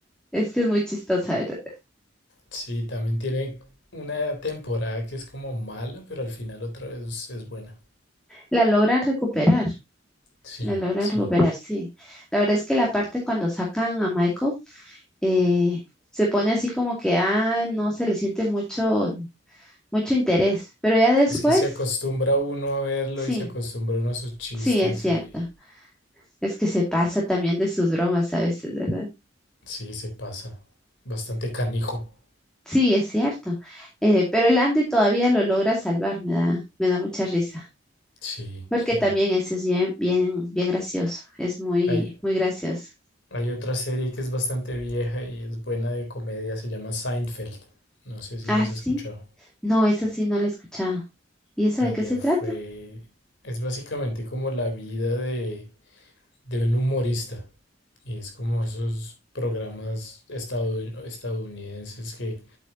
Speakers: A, in the centre; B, on the left.
A: Es que es muy chistosa, ¿verdad?
B: Sí, también tiene una temporada que es como mala, pero al final otra vez es buena.
A: La logran recuperar,
B: Sí,
A: la logran
B: sí.
A: recuperar, sí. La verdad es que la parte cuando sacan a Michael eh, se pone así como que, ah, no se le siente mucho, mucho interés, pero ya después,
B: Es que se acostumbra uno a verlo
A: sí,
B: y se acostumbra uno a sus chistes
A: sí, es cierto.
B: y
A: Es que se pasa también de sus bromas a veces, ¿verdad?
B: sí, se pasa. Bastante canijo.
A: Sí, es cierto. Eh, pero el Andy todavía lo logra salvar, me da, me da mucha risa,
B: Sí,
A: porque
B: sí.
A: también ese es bien, bien, bien gracioso, es muy,
B: Hay,
A: muy gracioso.
B: Hay otra serie que es bastante vieja y es buena de comedia, se llama Seinfeld. No sé si
A: Ah,
B: la has
A: sí,
B: escuchado.
A: no, esa sí no la he escuchado. ¿Y esa
B: También
A: de qué se trata?
B: fue... Es básicamente como la vida de, de un humorista. Y es como esos programas estadoun- estadounidenses que